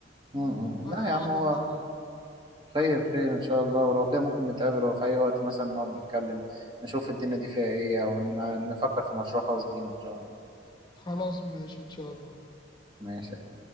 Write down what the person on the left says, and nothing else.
فعلى
الله بقى.
خلاص ماشي ان شاء الله